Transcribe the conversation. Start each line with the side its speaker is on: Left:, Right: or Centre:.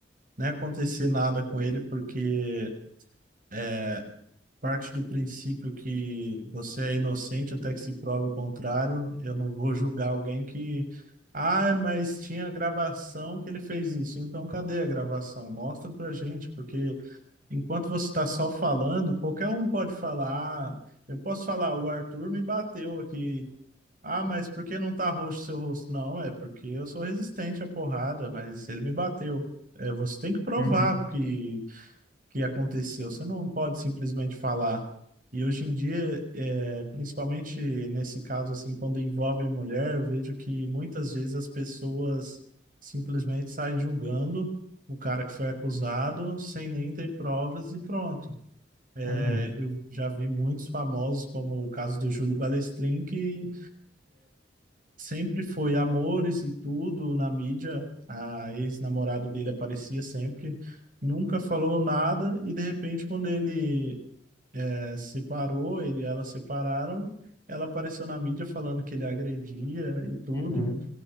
Right: nem acontecer nada com ele, porque é parte do princípio que você é inocente até que se prove o contrário. Eu não vou julgar alguém que. Ah, mas tinha gravação que ele fez isso. Então, cadê a gravação? Mostra pra gente, porque enquanto você está só falando, qualquer um pode falar. Ah, eu posso falar, o Arthur me bateu aqui. Ah, mas por que não tá roxo seu rosto? Não, é porque eu sou resistente à porrada, mas ele me bateu. É, você tem que provar,
Left: Uhum,
Right: porque que aconteceu. Você não pode simplesmente falar. E hoje em dia, é, principalmente nesse caso, assim, quando envolve mulher, eu vejo que muitas vezes as pessoas simplesmente saem julgando o cara que foi acusado sem nem ter provas e pronto.
Left: uhum,
Right: É, eu já vi muitos famosos, como o caso do Júlio Balestrin, que sempre foi amores e tudo na mídia. A ex-namorada dele aparecia sempre nunca falou nada e de repente quando ele separou, ele e ela separaram. Ela apareceu na mídia falando que ele agredia e tudo,
Left: uhum.